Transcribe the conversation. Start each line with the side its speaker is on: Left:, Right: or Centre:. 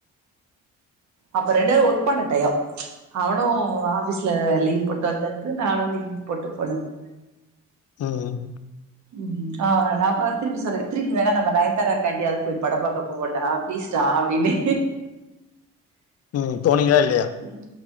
Right: அப்ப ரெண்டு பேரும் ஒர்க் பண்ண டயம் அவனும் ஆபீஸ்ல லீவ் போட்டு வந்தடுக்கு நானும் லீவ் போட்டு போனுது
Left: ம்
Right: உம் ஆஹ நான்ப்ப திருப்பி சொல்றேன் திருப்பி வேணா நம்ம நயன்தாராக்காண்டிாவது போய் படம் பாார்க்க போகண்டா பிளீஸ்டா அப்படின்னு
Left: உம் போனிங்கல்லா
Right: உம்